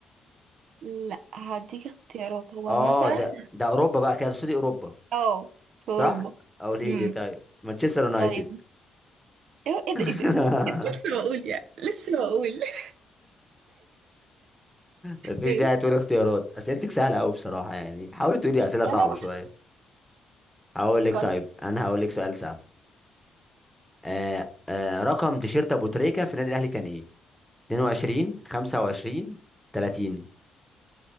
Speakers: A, on the right; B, in the centre.
A: لا هديك اختيارات هو
B: اه
A: مثلا
B: ده ده اوروبا بقى كده تقصدي اوروبا
A: اه في
B: صح
A: اوروبا
B: او ليه
A: امم
B: ليه طيب مانشستر يونايتد
A: طيب ايه ايه
B: <laughs>
A: ده ايه ده إيه ده؟ إيه ده؟ لسه بقول يعني لسه بقول <laughs>
B: مفيش
A: إيه؟
B: داعي تقول اختيارات اسئلتك سهله قوي بصراحه يعني حاولي تقولي اسئله
A: ما
B: صعبه
A: انا
B: شويه هقول لك
A: بفكر
B: طيب انا هقول لك سؤال سهل آه آه رقم تيشيرت ابو تريكه في النادي الاهلي كان ايه 22 25 30